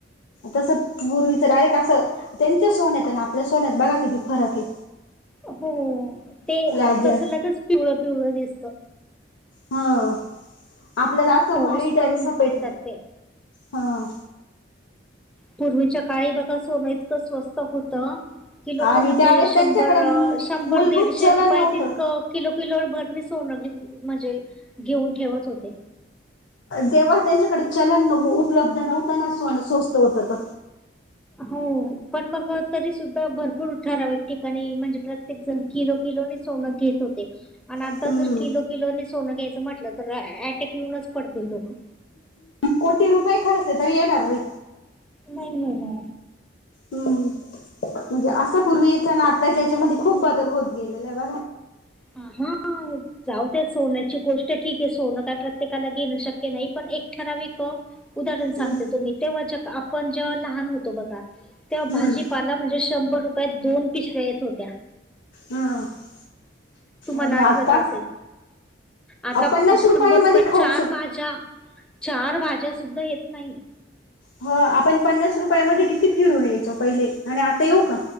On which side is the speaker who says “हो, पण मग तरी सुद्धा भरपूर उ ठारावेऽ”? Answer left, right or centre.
Centre